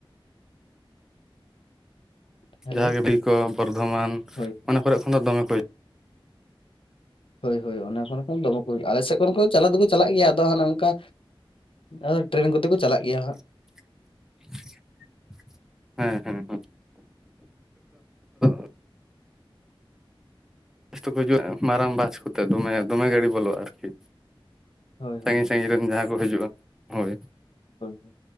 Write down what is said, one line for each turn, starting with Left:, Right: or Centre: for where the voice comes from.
Left: ᱦᱮᱞᱳ
Centre: ᱡᱟᱦᱟᱸ <unintelligible> ᱠᱚ ᱵᱚᱨᱫᱷᱚᱢᱟᱱ
Left: ᱦᱳᱭ
Centre: ᱚᱱᱟ ᱠᱚᱨᱮᱜ ᱠᱷᱚᱱ ᱫᱚ ᱫᱚᱢᱮ ᱠᱚ
Left: ᱦᱳᱭ ᱦᱳᱭ ᱚᱱᱟ ᱠᱚᱨᱮ ᱠᱷᱚᱱ ᱫᱚᱢᱮ ᱠᱚ ᱦᱩᱭᱩᱜᱼᱟ ᱟᱞᱮ ᱥᱮᱫ ᱠᱚᱨᱮ ᱠᱷᱚᱱ ᱪᱟᱞᱟᱣ ᱫᱚᱠᱚ ᱪᱟᱞᱟᱜ ᱜᱮᱭᱟ ᱟᱫᱚ ᱚᱱᱮ ᱚᱱᱠᱟ ᱟᱫᱚ ᱴᱨᱮᱱ ᱠᱚᱛᱮ ᱠᱚ ᱪᱟᱞᱟᱜ ᱜᱮᱭᱟ ᱦᱟᱸᱜ᱾
Centre: <inaudible> ᱦᱮᱸ ᱦᱮᱸ ᱦᱮᱸ <unintelligible> ᱡᱚᱛᱚ ᱠᱚ ᱦᱤᱡᱩᱜᱼᱟ ᱢᱟᱨᱟᱝ ᱵᱟᱥ ᱠᱚᱛᱮ ᱫᱚᱢᱮ ᱫᱚᱢᱮ ᱜᱟᱹᱰᱤ ᱵᱚᱞᱚᱜᱼᱟ ᱟᱨᱠᱤ᱾
Left: ᱦᱳᱭ
Centre: ᱥᱟᱺᱜᱤᱧ
Left: ᱦᱳᱭ
Centre: ᱥᱟᱺᱜᱤᱧ
Left: ᱦᱳᱭ
Centre: ᱨᱮᱱ ᱡᱟᱦᱟᱸᱭ ᱠᱚ ᱦᱤᱡᱩᱜᱼᱟ ᱦᱳᱭ᱾
Left: ᱦᱳᱭ ᱦᱳᱭ᱾